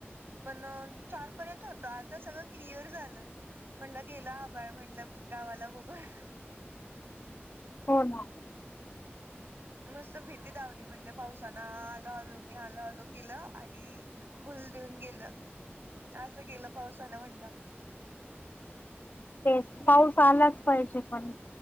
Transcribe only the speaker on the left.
हो ना.
तेच पाऊस आलाच पाहिजे पण.